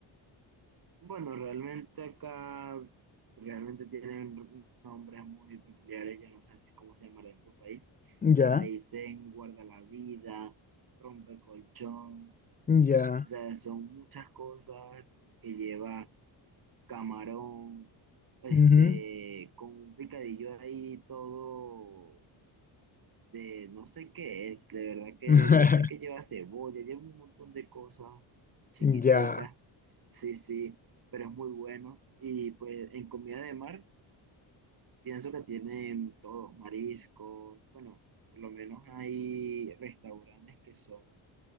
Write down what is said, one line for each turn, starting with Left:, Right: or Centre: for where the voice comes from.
Right: Bueno, realmente acá realmente tienen nombres muy peculiares, yo no sé si- cómo se llamará en tu país,
Left: Ya,
Right: pero le dicen guarda la vida, rompe colchón,
Left: ya,
Right: o sea, son muchas cosas que lleva camarón, este,
Left: ujú,
Right: con un picadillo ahí todo de no sé qué es, de verdad que
Left: <laughs>
Right: yo sé que lleva cebolla, lleva un montón de cosas chiquiticas,
Left: Ya.
Right: sí, sí, pero es muy bueno. Y pues en comida de mar, pienso que tienen todo, mariscos, bueno, por lo menos hay restaurantes que son